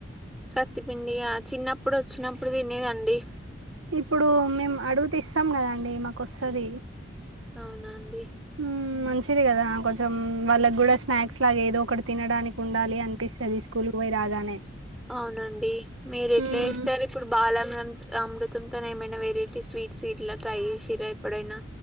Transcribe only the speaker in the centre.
సత్తిపిండియా చిన్నప్పుడు వచ్చినప్పుడు తినేదండి.
అవునాండి.
అవునండి మీరు ఎట్లా
ఇస్తారు. ఇప్పుడు బాలమరం అమృతంతోనే ఏమైనా వెరైటీ స్వీట్స్ ఇట్లా ట్రై చేసిర్ర ఎప్పుడైనా,